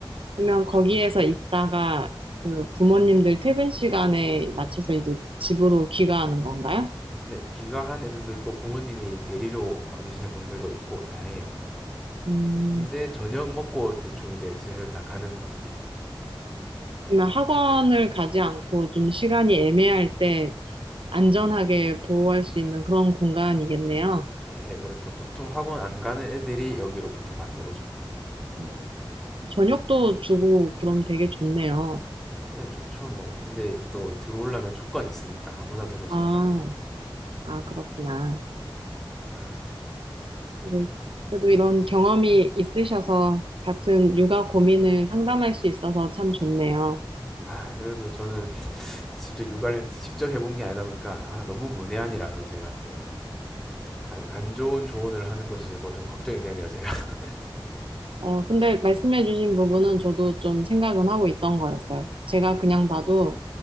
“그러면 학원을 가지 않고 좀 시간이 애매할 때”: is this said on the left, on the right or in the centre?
Right